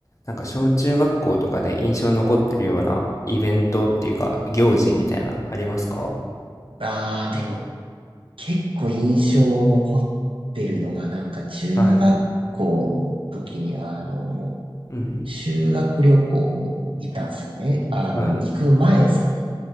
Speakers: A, on the left; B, on the right.
A: なんか小中学校とかで印象に残ってるようなイベントっていうか行事みたいなありますか
B: ああ、でも結構印象残ってるのが、なんか中学校の時に、
A: はい。
B: あの、
A: うん
B: 修学旅行行ったんですよね。あの、
A: はい。
B: 行く前ですかね。